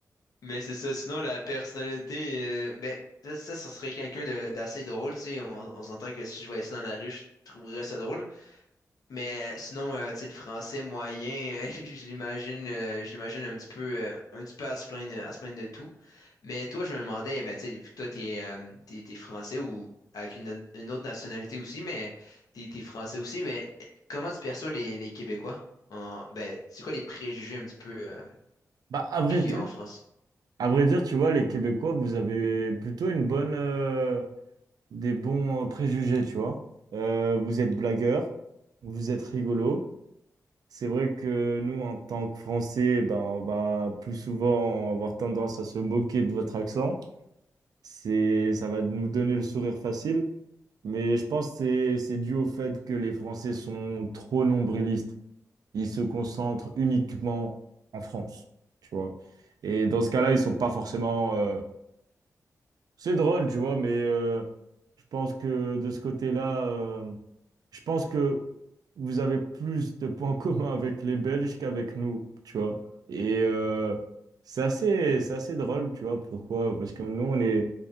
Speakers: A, on the left (about 75°); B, on the right (about 80°).
A: mais c'est ça. Sinon, la personnalité, euh, mais ça, ça, ça serait quelqu'un de- d'assez drôle, tu sais. On, on s'entend que si je voyais ça dans la rue, je trouverais ça drôle. Mais sinon, euh, tu sais, le français moyen, euh, <laughs> je l'imagine, euh, je l'imagine un petit peu, euh, un petit peu à se plaindre, à se plaindre de tout. Mais toi, je me demandais, ben, tu sais, vu que toi, t'es, euh, t'es, t'es français ou avec une, autre une autre nationalité aussi, mais t'es, t'es français aussi, mais eh, comment tu perçois les, les Québécois? En, ben, c'est quoi les préjugés un petit peu, euh,
B: Bah à vrai
A: qu'il
B: dire,
A: y a en France?
B: à vrai dire, tu vois, les Québécois, vous avez plutôt une bonne euh, des bons euh, préjugés, tu vois. Euh, vous êtes blagueur, vous êtes rigolo. C'est vrai que nous, en tant que Français, ben, on va plus souvent avoir tendance à se moquer de votre accent. C'est, ça va nous donner le sourire facile, mais je pense que c'est, c'est dû au fait que les Français sont trop nombrilistes. Ils se concentrent uniquement en France, tu vois. Et dans ce cas-là, ils sont pas forcément euh, c'est drôle, tu vois, mais euh, je pense que de ce côté-là, euh, je pense que vous avez plus de points <laughs> communs avec les Belges qu'avec nous, tu vois. Et euh, c'est assez, c'est assez drôle, tu vois, pourquoi? Parce que nous, on est,